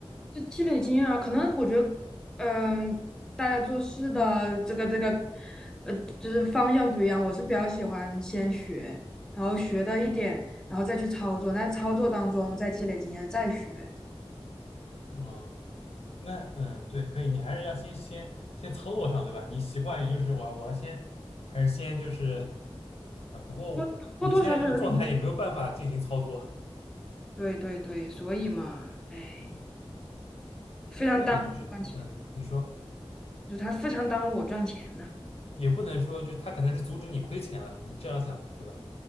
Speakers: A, in the centre; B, on the left (about 80°).
A: 就积累经验啊，可能我觉得，嗯，大家做事的这个这个，呃，就是方向不一样。我是比较喜欢先学，然后学到一点，然后再去操作，在操作当中再积累经验，再学，
B: 嗯，那嗯，对，可以，你还是要先先先操作上，对吧？你习惯于就是我我要先还是先就是。啊，不过你现在这个状态也没有办法进行操作，
A: 多多多少少有点积对对对，所以嘛，哎，
B: 嗯，
A: 非常耽误我赚钱，
B: 那那你就是，嗯，你说
A: 就他非常耽误我赚钱呢。
B: 也不能说，就是他可能是阻止你亏钱了，你这样想，对吧？